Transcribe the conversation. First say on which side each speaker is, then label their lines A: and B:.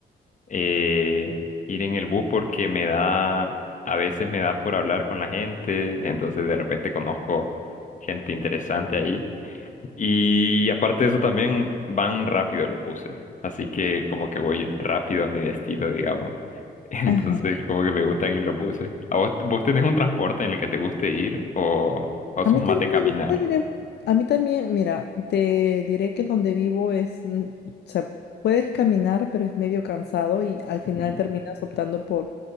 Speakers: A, on the left; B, on the left.
A: eh, ir en el bus porque me da, a veces me da por hablar con la gente, entonces de repente conozco gente interesante ahí. Y aparte de eso también van rápido los buses, así que como que voy rápido a mi destino, digamos. <laughs> Entonces,
B: Ajá.
A: como que me gusta ir lo puse. ¿A vos, vos tenés un transporte en el que te guste ir o, o
B: A
A: sos
B: mí también
A: más de caminar?
B: me gusta ir en- A mí también, mira, te diré que donde vivo es, mm, o sea, puedes caminar, pero es medio cansado y al final
A: Ujú,
B: terminas optando por,